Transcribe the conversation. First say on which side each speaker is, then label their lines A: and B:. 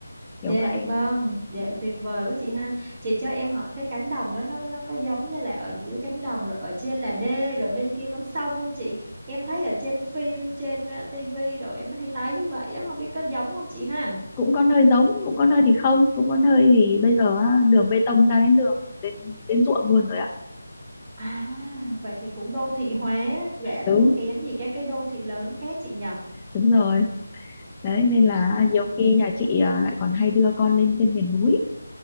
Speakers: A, on the left; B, on the right.
A: kiểu
B: Dạ
A: vậy
B: vâng, dạ
A: Ừ.
B: tuyệt vời quá chị ha. Chị cho em hỏi cái cánh đồng đó nó nó có giống như là ở dưới cánh đồng rồi ở trên là đê rồi bên kia con sông không chị? Em thấy ở trên phim trên ờ, tivi rồi em hay thấy như vậy á, không biết có giống không chị ha?
A: cũng có nơi giống cũng có nơi thì không cũng có nơi thì bây giờ á, đường bê tông ra đến đường đến đến ruộng luôn rồi ạ
B: À, vậy thì cũng đô thị hóa, dạ
A: đúng
B: thua kém gì các cái đô thị lớn khác chị nhở?
A: đúng rồi đấy nên là
B: Ồ.
A: nhiều khi nhà chị à, lại còn hay đưa con lên trên miền núi